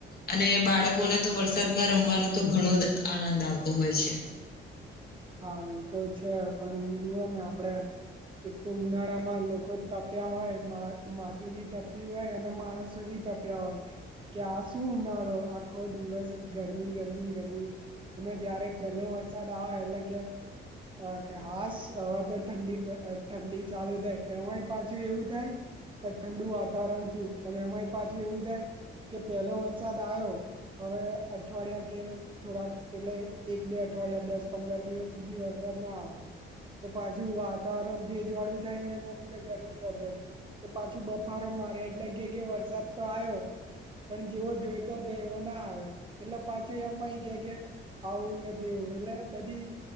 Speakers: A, on the left; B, on the right.
A: અને બાળકોને તો વરસાદમાં રમવાનો તો ઘણો દ આનંદ આવતો હોય છે.
B: હા ઈ તો છે પણ જુઓ ને આપડે, એક તો ઉનાળા માં લોકો તપ્યા હોય મા માથું બી તપ્યું હોય અને માણસ, બી તપ્યા હોય કે આ શું ઉનાળો આખો દિવસ ગરમી ગરમી ગરમી, અને જયારે પહેલો વરસાદ આવે એટલે કે, અ કે હાસ હવે તો ઠંડી અ ઠંડી ચાલુ થાય એમાંય પાછુય એવું થાય. ઠંડુ વાતાવરણ થયું અને એમાંય પાછું એવું થાય કે પહેલો વરસાદ આયો, હવે અઠવાડિયા કે થોડાક એટલે એક બે અઠવાડિયા દસ પંદર દિવસ, સુધી વરસાદ ના આવ, તો પાછું વાતાવરણ ભેજ વાળું થાય ને એના લીધે ગરમી વધે. તો પાછું બફારો મારે એટલે કે કે વરસાદ તો આયો. પણ જેવો જોઈતો હતો એવો ના આયો એટલે પાછું એમાંય કે કે, આવું ને તેવું એટલે બધી